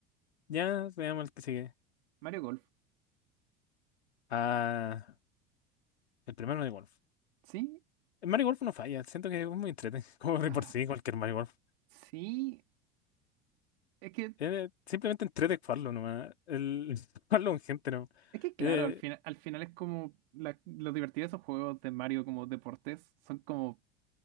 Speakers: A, on the left (about 70°); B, on the right (about 60°).
A: ya, veamos el que sigue.
B: Mario Golf.
A: Ah, el primer Mario Golf.
B: Sí.
A: El Mario Golf no falla, siento que es muy entretenido, <laughs> como de
B: Ah,
A: por sí, cualquier Mario Golf.
B: sí. Es que.
A: Eh, simplemente entrete jugarlo nomás. El <laughs> jugarlo con gente, ¿no?
B: Es que claro,
A: Eh,
B: al final, al final es como la- lo divertido de esos juegos de Mario como deportes. Son como.